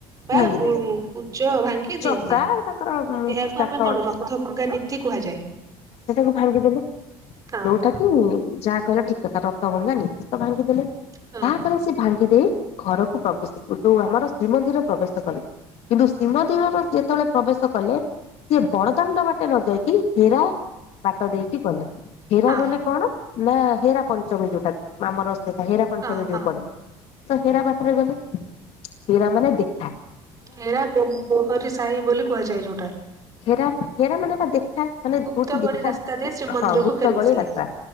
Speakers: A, on the right (about 30°); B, on the left (about 60°).
A: ବା
B: ଭାଙ୍ଗିଦେଲେ
A: ଗ କୁଜ ଭାଙ୍ଗି
B: ଚକା
A: ଦିଅନ୍ତି।
B: ତାଙ୍କର
A: ଏହାକୁ
B: କାଠ
A: ଆମେ କଣ ରଥ ଭଙ୍ଗା ନୀତି କୁହାଯାଏ।
B: ସେ ତାକୁ ଭାଙ୍ଗିଦେବେ
A: ହଁ।
B: ଯୋଉଟା କି ଯାହା କହିଲା ଠିକ୍ କଥା ରଥ ଗଙ୍ଗା ନିତି ତ ଭାଙ୍ଗିଦେଲେ
A: ହଁ
B: ତାହା ପରେ ସେ ଭାଙ୍ଗିଦେଇ ଘରକୁ ପ୍ରବେଶ ଯୋଉ ଆମର ଶ୍ରୀମନ୍ଦିର ପ୍ରବେଶ କଲେ। କିନ୍ତୁ ଶୀମଦିର ଯେତେବେଳେ ପ୍ରବେଶ କଲେ। ସିଏ ବଡଦାଣ୍ଡ ବାଟେ ନ ଯାଇକ ହେରା ବାଟ ଦେଇକି କଲେ ହୀରା
A: ହଁ
B: ମାନେ କଣ ନା ହେରା ପଞ୍ଚମୀ ଯୋଉଟା ଆମର ସେଟା ହେରା ପଞ୍ଚମୀ
A: ହଁ ହଁ
B: ଯୋଉ ପଡେ ତ ହୀରା ପାଖରେ ଗଲେ ହୀରା ମାନେ ଦେଖାଏ।
A: ହେରାହରି ସାହି ବୋଲି କୁହାଯାଏ ଯୋଉଟା
B: ରା ହେରା ମାନେ ବା ଦେଖା ମାନେ
A: ଗୁପ୍ତ
B: ଗୋଟେ
A: ଗଳି
B: ଦେଖା
A: ରାସ୍ତା ଦେଇ ଶ୍ରୀମନ୍ଦିରକୁ
B: ହଁ ଗୁପ୍ତ
A: ଫେରି
B: ଗଳି
A: ଆସିଲେ
B: ରାସ୍ତା।